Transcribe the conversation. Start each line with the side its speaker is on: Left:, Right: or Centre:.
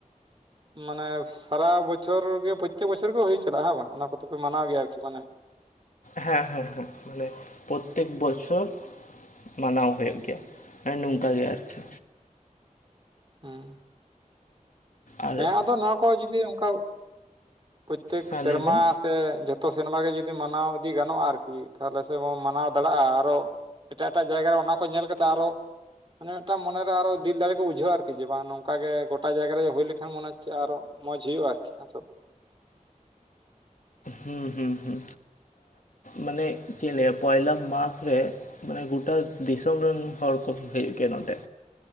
Right: ᱢᱟᱱᱮᱼᱼ ᱥᱟᱨᱟ ᱵᱚᱪᱷᱚᱨ ᱜᱮ ᱯᱨᱚᱛᱛᱮᱠ ᱵᱚᱪᱷᱚᱨ ᱜᱮ ᱦᱩᱭᱩᱜ ᱪᱟᱞᱟᱜᱼᱟ ᱦᱮ ᱵᱟᱝ ᱚᱱᱟ ᱠᱚᱫᱚᱯᱮ ᱢᱟᱱᱟᱣ ᱜᱮᱭᱟ ᱟᱨᱠᱤ ᱢᱟᱱᱮᱼᱼ
Left: ᱦᱮᱸ ᱦᱮᱸ ᱦᱮᱸ ᱵᱚᱞᱮ, ᱯᱨᱚᱛᱛᱮᱠ ᱵᱚᱪᱷᱚᱨ ᱢᱟᱱᱟᱣ ᱦᱩᱭᱩᱜ ᱜᱮᱭᱟ ᱢᱟᱱᱮ ᱱᱚᱝᱠᱟ ᱜᱮ ᱟᱨᱠᱤ᱾
Right: ᱦᱩᱸ
Left: ᱟᱨ
Right: ᱦᱮᱸ ᱟᱫᱚ ᱱᱚᱣᱟ ᱠᱚ ᱡᱩᱫᱤ ᱚᱱᱠᱟ ᱯᱨᱚᱛᱛᱮᱠ
Left: ᱦᱮᱸ
Right: ᱥᱮᱨᱢᱟᱼᱼ
Left: ᱞᱟᱹᱭ ᱵᱤᱱ
Right: ᱥᱮ ᱡᱚᱛᱚ ᱥᱮᱨᱢᱟ ᱜᱮ ᱡᱩᱫᱤ ᱢᱟᱱᱟᱣ ᱤᱫᱤ ᱜᱟᱱᱚᱜᱼᱟ ᱟᱨᱠᱤ ᱛᱟᱦᱚᱞᱮ ᱥᱮᱵᱚᱱ ᱢᱟᱱᱟᱣ ᱫᱟᱲᱮᱭᱟᱜᱼᱟ ᱟᱨᱚᱼᱼ ᱮᱴᱟᱜ ᱮᱴᱟᱜ ᱡᱟᱭᱜᱟ ᱨᱮ ᱚᱱᱟ ᱠᱚ ᱧᱮᱞ ᱠᱟᱛᱮᱫ ᱟᱨᱚ ᱢᱤᱫᱴᱟᱝ ᱢᱚᱱᱮᱨᱮ ᱟᱨᱚ ᱫᱤᱞ ᱫᱟᱲᱮ ᱠᱚ ᱵᱩᱡᱷᱟᱹᱣᱟ ᱟᱨᱠᱤ᱾ ᱡᱮ ᱵᱟᱝ ᱱᱚᱝᱠᱟ ᱜᱮ ᱜᱚᱴᱟ ᱡᱟᱭᱜᱟ ᱨᱮ ᱦᱩᱭ ᱞᱮᱱᱠᱷᱟᱱ ᱢᱚᱱᱮ ᱦᱚᱪᱮ ᱟᱨᱚ ᱢᱚᱸᱡᱽ ᱦᱩᱭᱩᱜᱼᱟ ᱟᱨᱠᱤ ᱥᱮᱼᱼ
Left: ᱦᱩᱸ ᱦᱩᱸ ᱦᱩᱸ ᱢᱟᱱᱮ ᱪᱮᱫ ᱞᱟᱹᱭᱟ ᱯᱚᱭᱞᱟ ᱢᱟᱜᱽ ᱨᱮ ᱼᱼ ᱢᱟᱱᱮ ᱜᱚᱴᱟ ᱫᱤᱥᱚᱢ ᱨᱮᱱ ᱦᱚᱲ ᱠᱚ ᱦᱮᱜ ᱠᱮ ᱱᱚᱸᱰᱮ᱾